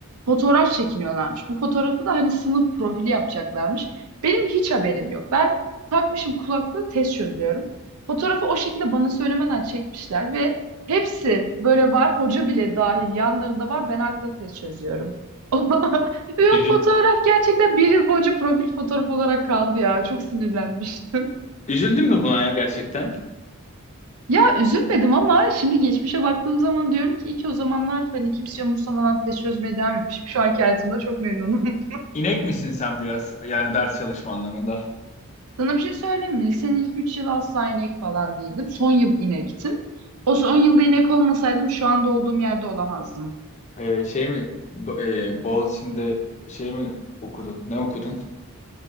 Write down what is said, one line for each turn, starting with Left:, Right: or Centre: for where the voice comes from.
Right: fotoğraf çekiniyorlarmış. Bu fotoğrafı da hani sınıf profili yapacaklarmış. Benim hiç haberim yok. Ben takmışım kulaklığı test çözüyorum. Fotoğrafı o şekilde bana söylemeden çekmişler ve hepsi böyle var. Hoca bile dahil yanlarında var. Ben arkada test çözüyorum. <laughs> Ve
Left: Üzül,
Right: o fotoğraf gerçekten bir yıl boyunca profil fotoğraf olarak kaldı ya. Çok sinirlenmiştim.
Left: üzüldün mü buna ya gerçekten?
Right: Ya üzülmedim ama şimdi geçmişe baktığım zaman diyorum ki iyi ki o zamanlar hani kimse umursamadan test çözmeye devam etmişim. Şu anki hayatımda çok memnunum.
Left: İnek misin sen biraz? Yani ders çalışma anlamında.
Right: <laughs> Sana bir şey söyleyeyim mi? Lisenin ilk 3 yılı asla inek falan değildim. Son yıl inektim. O son yılda inek olmasaydım şu anda olduğum yerde olamazdım.
Left: Ee, şey mi? Bo e, Boğaziçi'nde şey mi okudun? Ne okudun?